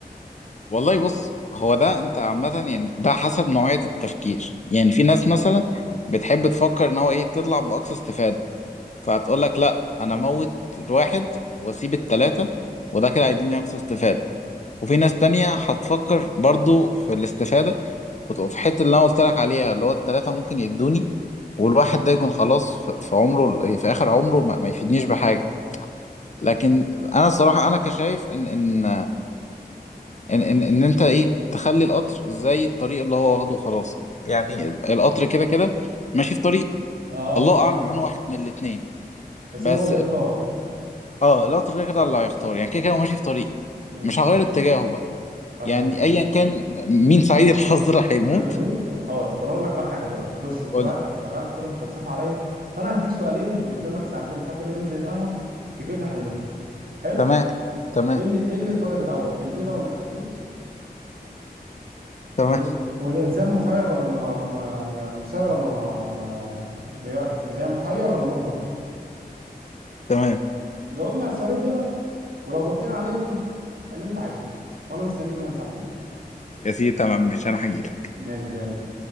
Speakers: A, on the left (about 45°); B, on the right (about 60°).
A: والله بص هو ده انت عامة يعني ده حسب نوعية التفكير يعني في ناس مثلا بتحب تفكر ان هو ايه تطلع باقصى استفادة فهتقول لك لا انا موت واحد واسيب التلاتة وده كده هيديني اقصى استفادة وفي ناس تانية هتفكر برضو في الاستفادة وتبقى في حتة اللي انا قلت لك عليها اللي هو التلاتة ممكن يدوني والواحد ده يكون خلاص في في عمره ال- في اخر عمره ما ما يفيدنيش بحاجة لكن انا الصراحة انا كشايف ان ان ان ان, إن انت ايه تخلي القطر زي الطريق اللي هو واخده وخلاص يعني القطر كده كده ماشي في طريق
B: اه
A: الله
B: فهمتك
A: اعلم انا واحد من الاتنين
B: بس
A: بس
B: هو اللي اختار
A: اه لا كده كده اللي هيختار يعني كده كده هو ماشي في طريق
B: امم
A: مش هغير اتجاهه بقى
B: طب
A: يعني
B: ماشي
A: ايا كان مين سعيد الحظ اللي هيموت
B: قال اللي يموت خلاص طب انا اقول لك بقى حاجه حلوه بقى بص انت
A: قول
B: بقى
A: لي.
B: شغلت شغل الفلسفه عليا فانا هديك سؤالين وقدامك ساعتين لحد ما ننزل القهوه تجيب لي حلهم حلو
A: تمام تمام
B: ايه اللي ايه اللي اتوجد الاول البيضه ولا الكتكوت
A: تمام
B: وال... والانسان مخير ولا م... ولا م... م- مسير ولا م... ولا م- يعني لا مخير ولا مجبر
A: تمام
B: جاوبنا على السؤالين دول ولو جاوبتنا عليهم اللي انت عايزه وانا مستنيك كمان ساعتين
A: يا سيدي تمام مش انا هجيلك
B: ماشي زي الفل